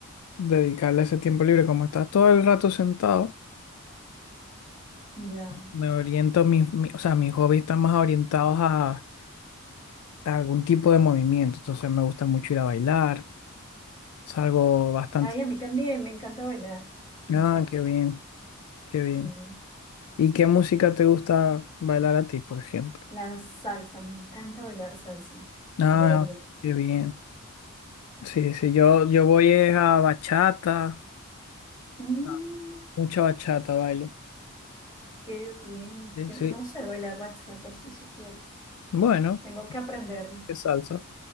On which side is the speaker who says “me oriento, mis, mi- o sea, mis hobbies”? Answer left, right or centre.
Left